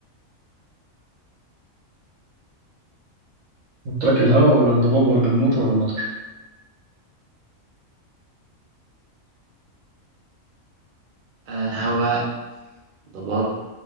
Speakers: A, on the right; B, on the right.
A: قلت لك الهواء ولا الضباب ولا النور ولا المطر
B: آه، هواء ضباب